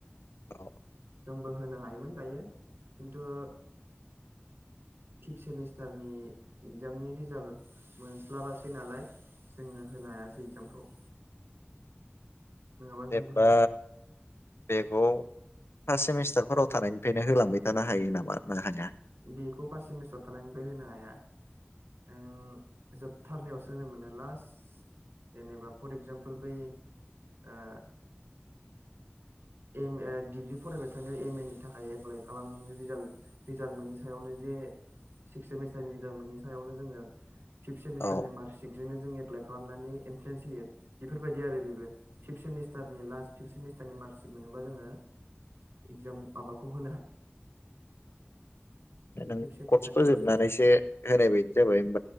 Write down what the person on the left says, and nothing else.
औ
जे बा
बेखौ फास्ट सेमिस्टारफोराव थानायनिफ्रायनो होलांबाय थानो हायो नामा? ना हाया
औ
नों
कर्स फोजोबनानैसो
होनायबायदि जाबाय ओम